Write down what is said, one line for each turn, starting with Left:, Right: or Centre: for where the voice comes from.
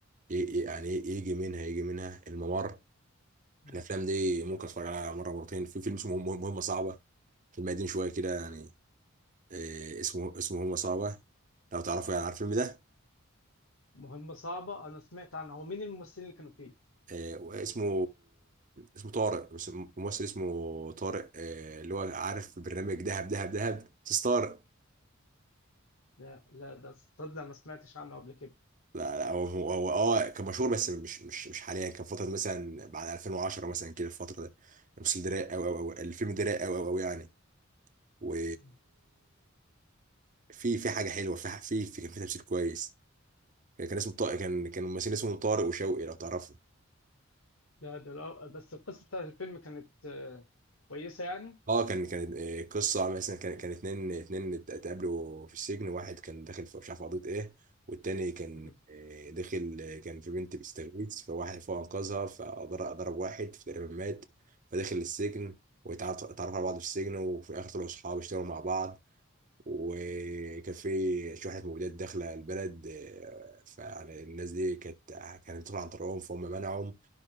Right: ي- ي- يعني يجي منها يجي منها الممر
Left: مم.
Right: الأفلام دي ممكن أتفرج عليها مرة مرتين في فيلم اسمه مه- مهمة صعبة فيلم قديم شوية كده يعني آه، اسمه اسمه هم صعبة لو تعرفوا يعني عارف الفيلم ده
Left: مهمة صعبة انا سمعت عنها هو مين الممثلين اللي كانوا فيه
Right: آه، واسمه اسمه طارق مش ممثل اسمه طارق آه، اللي هو عارف برنامج دهب دهب دهب بس طارق
Left: لا لا ده صدق ما سمعتش عنه قبل كده
Right: لا لا هو هو هو اه كان مشهور بس مش مش مش حاليا كان فترة مثلا بعد 2010 مثلا كده الفترة ده الممثل ده رايق قوي قوي قوي الفيلم ده رايق قوي قوي قوي يعني و
Left: مم.
Right: في في حاجة حلوة في في في كان في تمثيل كويس كان كان اسمه طارق كان كان ممثلين اسمه طارق وشوقي لو تعرفوا
Left: لا ده لا بس القصة بتاعت الفيلم كانت آه، كويسة يعني
Right: اه كان كان آه، قصه مثلا كان كان اتنين اتنين ات- اتقابلوا في السجن واحد كان داخل في مش عارف قضيه ايه والتاني كان
Left: مم.
Right: آه، داخل آه، كان في بنت بتستغيث فواحد فوق انقذها فضرب ضرب واحد فتقريبا مات فدخل السجن واتعرفوا على بعض في السجن وفي الاخر طلعوا صحاب اشتغلوا مع بعض وكان في شوية مولودات داخلة البلد آه، فيعني الناس دي كانت كانت بتدخل عن طريقهم فهم منعهم